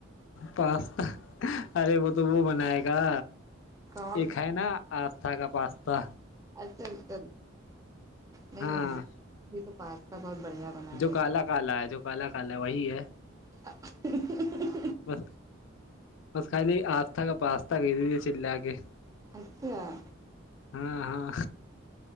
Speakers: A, on the left; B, on the right.
A: پاستا ارے وہ تو وہ بنائے گا
B: کون
A: یہ ہے نا پاستا کا پاستا
B: الل نہیں
A: ہاں
B: بھی تو پس بہت بڑھیا <unintelligible>
A: جو کالا
B: ہیں
A: کالا ہے جو کالا کال ہے وہی ہے
B: <unintelligible>
A: بس بس خالی آسہ کا پاسہ بھی دیجیے چلہ کے
B: اچھا <unintelligible>
A: ہاں ہاں